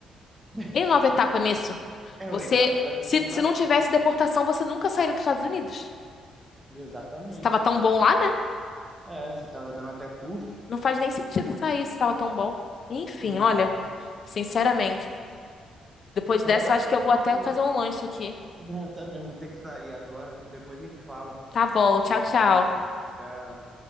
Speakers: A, on the right; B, on the left.
A: <laughs>
B: E nova etapa nisso?
A: É
B: Você,
A: o etapa da deportação.
B: se, se não tivesse deportação, você nunca sairia dos Estados Unidos.
A: Exatamente.
B: estava tão bom lá, né?
A: É, você tava dando até curso,
B: Não faz nem sentido sair se estava tão bom. Enfim,
A: não
B: olha,
A: faz, não.
B: sinceramente, depois
A: É,
B: dessa,
A: eu vou
B: eu acho
A: ter
B: que eu vou
A: que.
B: até
A: <laughs>
B: fazer um lanche aqui.
A: Eu também vou ter que sair agora. Depois a gente fala.
B: Tá bom, tchau, tchau.
A: Já